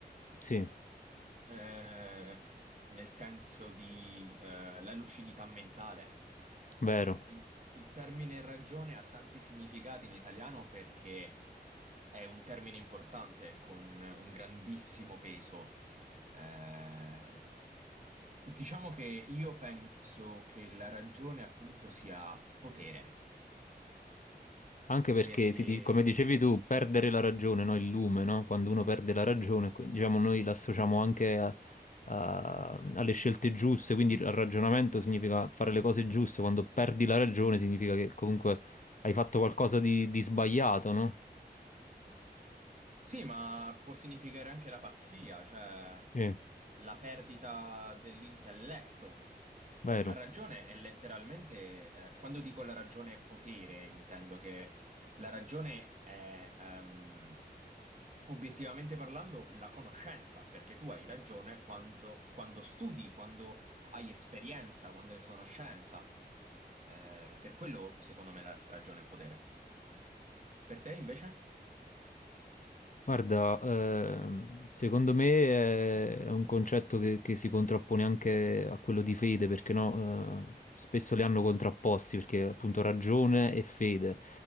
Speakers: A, on the left; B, on the right.
A: Sì,
B: eh, nel senso di eh, la lucidità mentale.
A: vero.
B: Cioè, il, il termine ragione ha tanti significati in italiano perché è un termine importante con un grandissimo peso. Eh, diciamo che io penso che la ragione appunto sia potere,
A: Anche perché,
B: perché
A: si dice- come dicevi tu, perdere la ragione, no? Il lume, no? Quando uno perde la ragione, que- diciamo, noi l'associamo anche a- a- alle scelte giuste, quindi il ragionamento significa fare le cose giuste, quando perdi la ragione significa che comunque hai fatto qualcosa di, di sbagliato, no?
B: Sì, ma può significare anche la pazzia, cioè
A: Sì,
B: la perdita dell'intelletto.
A: vero.
B: Cioè, la ragione è letteralmente, eh, quando dico la ragione è potere, intendo che la ragione è, ehm, obiettivamente parlando, la conoscenza, perché tu hai ragione quando, quando studi, quando hai esperienza, quando hai conoscenza. Eh, per quello, secondo me, la ragione è potere. Per te, invece?
A: Guarda, ehm, secondo me è è un concetto che, che si contrappone anche a quello di fede, perché no, eh, spesso li hanno contrapposti, perché appunto ragione e fede.